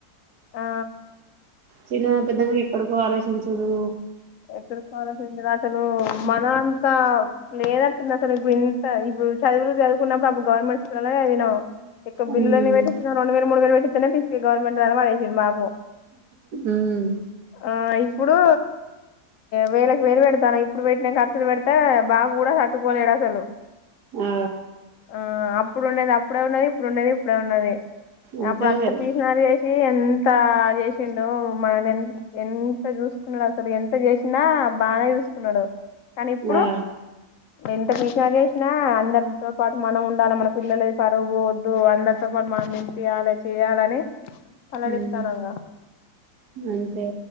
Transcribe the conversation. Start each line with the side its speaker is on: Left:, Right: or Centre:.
Left: ఆ
Right: చిన్న పెద్దగా ఎక్కడికో ఆలోచించడు
Left: ఎక్కడి కావాల్సింది అతను మన అంతా ఇప్పు లేదంటతుంది అ సార్ ఇప్పుడు ఇంత ఇప్పుడు చదువులు చదువుకున్నప్పుడుప్పుడు గవర్నమెంట్ స్కూల్ అలా అదనా ఇ బల్న్ని
Right: ఉమ్
Left: వేటిన రెండు వే మూడు వే వేట్ ఫీస్ గవమెంట్ త మయి మాబ
Right: ఉమ్
Left: ఆ ఇప్పుడు వేళలకు వేలు పెడతాను ఇప్పుడు పెట్టినా ఖర్చులు పెడితే బాబ కూడా తట్టుకోలేడు అసలు
Right: ఆ
Left: ఆ అప్పుడు ఉండేది అప్పుడే ఉన్నది ఇప్పుడు ఉండేది ఇప్పుడే ఉన్నది
Right: అంతే
Left: అప్పుడు అంత
Right: మరి
Left: పీసినది వేసి ఎంత ఎంత చేసిండు మనం ఎంత చూసుకున్నాడు అసలు ఎంత చేసినా బాగానే చూసుకున్నాడు కానీ ఇప్పుడు
Right: ఆ
Left: ఎంత విసా చేసినా అందరు తో పాటు మనం ఉండాలి మన పిల్లల పరువు పోవద్దు అందరితో పాటు మనం నింపయాలి చేయాలని పలడితానాంగా
Right: ఉమ్ అంతే